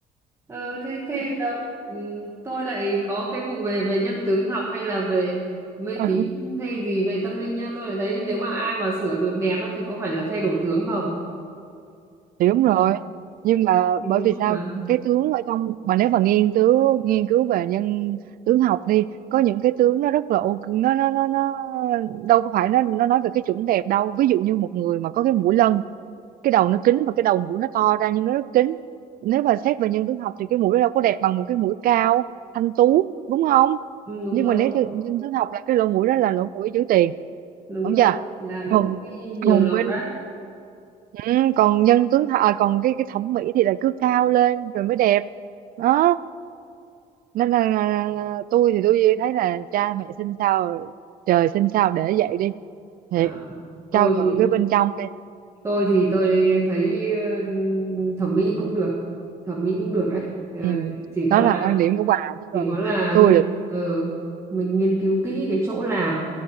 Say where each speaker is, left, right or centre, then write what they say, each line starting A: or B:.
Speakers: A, on the right; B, on the right.
A: ờ, thế thế đâu. Ừ, tôi lại có cái vụ về về nhân tướng học hay là về mê
B: <laughs>
A: tín hay gì về tâm linh nha. Tôi lại thấy nếu mà ai mà sửa được đẹp á, thì có phải là thay đổi tướng không?
B: thì đúng
A: Ừ.
B: rồi nhưng mà
A: thì
B: bởi
A: cũng
B: vì
A: tốt
B: sao
A: mà
B: cái tướng ở trong mà nếu mà nghiên cứu nghiên cứu về nhân tướng học đi có những cái tướng nó rất là ok nó nó nó nó đâu có phải nó nó nói về cái chuẩn đẹp đâu ví dụ như một người mà có cái mũi lân cái đầu nó kính và cái đầu mũi nó to ra nhưng nó rất kính nếu mà xét về nhân tướng học thì cái mũi nó đâu có đẹp bằng một cái mũi cao thanh tú đúng không
A: ừ, đúng
B: nhưng
A: rồi
B: mà nếu như nhân tướng học là cái lỗ mũi đó là lỗ mũi giữ tiền
A: đúng
B: đúng
A: rồi
B: chưa
A: là lỗ
B: còn
A: cái nhiều
B: còn
A: lọc
B: bên
A: đấy
B: Ừ, còn dân tướng th- à, còn cái cái thẩm mỹ thì là cứ cao lên rồi mới đẹp đó nên là, là, là tôi thì tôi thấy là cha mẹ sinh sao trời sinh sao để vậy đi thiệt
A: à,
B: trau
A: tôi
B: dồi
A: thì
B: cái bên trong đi
A: tôi thì tôi thấy ừ, thẩm mỹ cũng được thẩm mỹ cũng được đấy Ờ,
B: ừ.
A: chỉ có
B: đó
A: là
B: là quan điểm của bà chứ
A: chỉ
B: còn
A: có là
B: tôi
A: nghiên
B: là
A: ờ, mình nghiên cứu kỹ cái chỗ làm